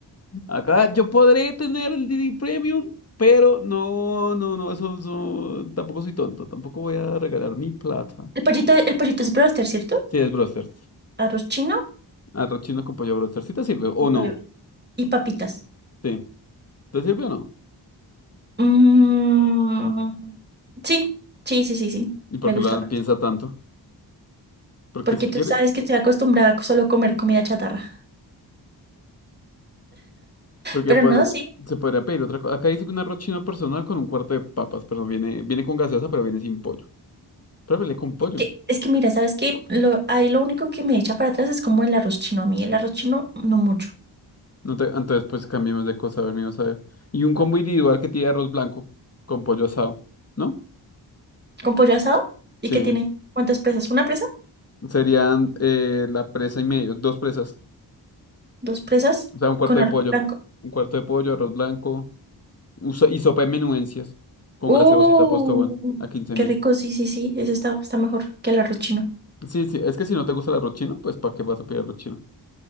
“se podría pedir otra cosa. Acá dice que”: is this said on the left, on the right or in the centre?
Left